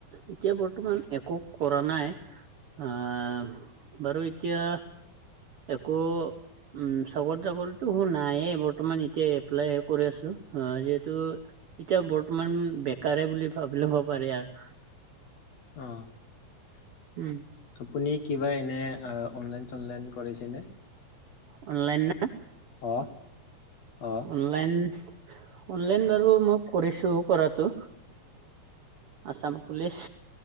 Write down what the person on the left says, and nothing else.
অ
আপুনি কিবা এনে অনলাইন চনলাইন কৰিছেনে।
অ' অ'।